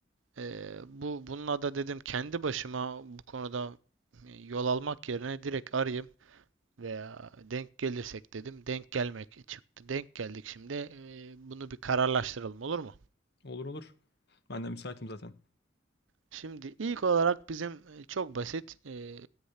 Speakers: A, on the right (about 90°); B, on the left (about 60°).
A: E, bu bununla da dedim kendi başıma bu konuda e, yol almak yerine direkt arayayım veya denk gelirsek dedim. Denk gelmek çıktı. Denk geldik şimdi. E, bunu bir kararlaştıralım olur mu?
B: olur olur. Ben de müsaitim zaten.
A: Şimdi ilk olarak bizim e, çok basit e,